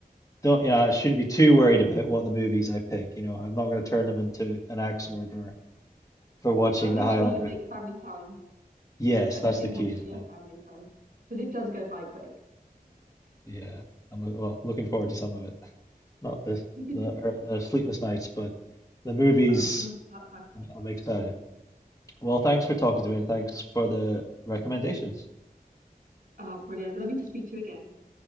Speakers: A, on the left; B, on the right.
A: don't yeah, I shouldn't be too worried about what the movies I pick. You know, I'm not going to turn them into an axe murderer for watching
B: But make
A: The Highlander.
B: sure you make family time.
A: Yes,
B: If
A: that's
B: you do,
A: the key,
B: make sure
A: isn't
B: you
A: it?
B: have family time because it does go by quick.
A: Yeah, I'm lo- well looking forward to some of it. Not the
B: <laughs>
A: the, er, the sleepless nights, but the movies.
B: Oh God, that sounds
A: I'm, I'm excited. Well, thanks for talking
B: brilliant.
A: to me, and thanks for the recommendations.
B: Oh, brilliant. Lovely to speak to you again.